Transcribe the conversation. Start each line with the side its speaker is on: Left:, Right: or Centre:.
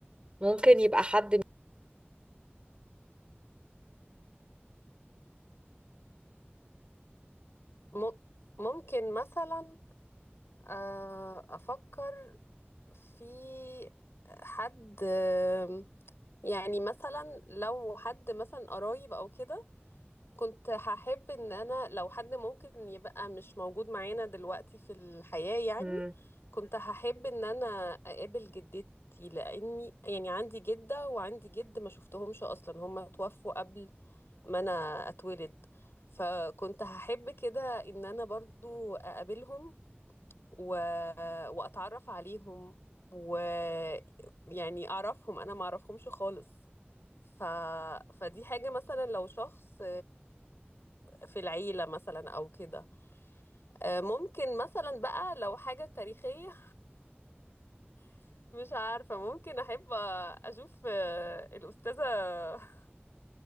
Right: ممكن يبقى حد
Left: م- ممكن مثلا آه، أفكر في حد آه، يعني مثلا لو حد مثلا قرايب أو كده كنت هحب ان انا لو حد ممكن يبقى مش موجود معانا دلوقتي في الحياة يعني
Right: مم.
Left: كنت هحب ان انا اقابل جدتي لاني يعني عندي جدة وعندي جد ما شفتهمش اصلا هما توفوا قبل ما انا اتولد فكنت هحب كده ان انا برضو اقابلهم و... واتعرف عليهم ويعني اعرفهم انا ما اعرفهمش خالص ف... فدي حاجة مثلا لو شخص في العيلة مثلا أو كده آه، ممكن مثلا بقى لو حاجة تاريخية <laughs> مش عارفة ممكن أحب أشوف آه، الأستاذة